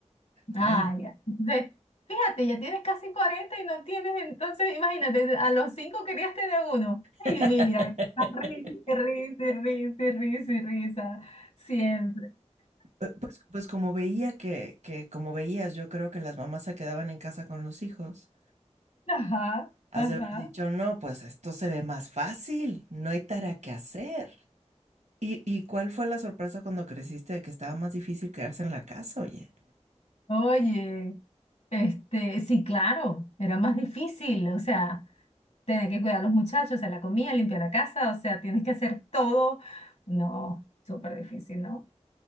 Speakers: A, on the left; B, on the right.
A: Ah,
B: Ay, no.
A: ya. Entonces, fíjate, ya tienes casi 40 y no tienes, entonces, imagínate, a los 5 querías tener uno.
B: <laughs>
A: Y mira, risa, risa, risa, risa, risa, siempre.
B: Eh, Pues, pues como veía que, que, como veías, yo creo que las mamás se quedaban en casa con los hijos.
A: Ajá,
B: Has
A: ajá.
B: de haber dicho, no, pues esto se ve más fácil, no hay tarea que hacer. ¿Y, y cuál fue la sorpresa cuando creciste de que estaba más difícil quedarse en la casa, oye?
A: Oye, este, sí, claro, era más difícil, o sea, tener que cuidar a los muchachos, hacer la comida, limpiar la casa, o sea, tienes que hacer todo. No, súper difícil, ¿no?